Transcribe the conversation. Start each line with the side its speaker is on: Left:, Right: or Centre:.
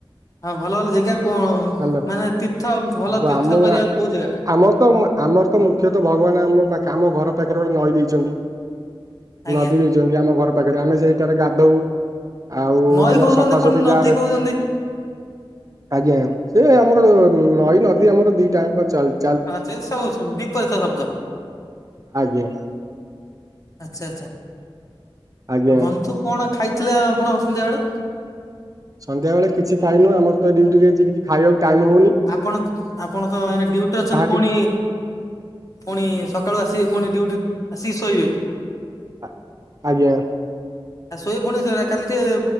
Left: ହଁ ଭଲ ଭଲ ଜେଗା କଣ
Right: ହ୍ୟାଲୋ
Left: ମାନେ ତୀର୍ଥ ଭଲ
Right: ବ-
Left: ତୀର୍ଥ
Right: ଆମ
Left: କରିବାକୁ କୋଉ ଜେଗା।
Right: ଆମର ତ ମା୍ ଆମର ତ ମୁଖ୍ୟତ ଭଗବାନ ଆମ ଆମ ପାଖରେ ଆମ ଘର ପାଖରେ ଗୋଟେ ନଈ ଦେଇଛନ୍ତି।
Left: ଆଜ୍ଞା।
Right: ନଦୀ ଦେଇଛନ୍ତି ଆମ ଘର ପାଖରେ ଆମେ ସେଇଠାରେ ଗାଧଉ। ଆଉ
Left: ନଈ
Right: ଆମର
Left: କହୁଛନ୍ତି
Right: ସଫା
Left: ପୁଣି
Right: ସଫି
Left: ନଦୀ
Right: ଗାଁ ରେ।
Left: କହୁଛନ୍ତି
Right: ଆଜ୍ଞା ସେ ଆମର ନଈ ନଦୀ ଆମର ଦି ଟା ଆଙ୍କ ଚାଲ୍
Left: ହଁ ସେ ସବୁ ସ ଉଁ ବିପରୀତ ଶବ୍ଦ।
Right: ଆଜ୍ଞା।
Left: ଆଚ୍ଛା ଆଚ୍ଛା
Right: ଆଜ୍ଞା
Left: ଆଉ ବନ୍ଧୁ କଣ ଖାଇଥିଲେ ଆପଣ ଅସନ୍ଧ୍ୟା ବେଳେ।
Right: ସନ୍ଧ୍ୟା ବେଳେ କିଛି ଖାଇନୋଉ ଆମର ତ ଡ୍ୟୁଟିରେ ଏଜି କିଛି ଖାଇଆକୁ ଟାଇମ୍ ହୋଉନି।
Left: ଆପଣ ଆପଣ ତ ଏଇନା ଡ୍ୟୁଟିରେ ଅଛନ୍ତି ଫୁଣି
Right: ଟି
Left: ପୁଣି ସକାଳୁ ଆସିବେ ପୁଣି ଡ୍ୟୁଟି ଆସିକି ଶୋଇବେ।
Right: ଆ ଆଜ୍ଞା।
Left: ଆଉ ଶୋଇବୁ ଫୁଣି ସେ କାଲି ଟିକେ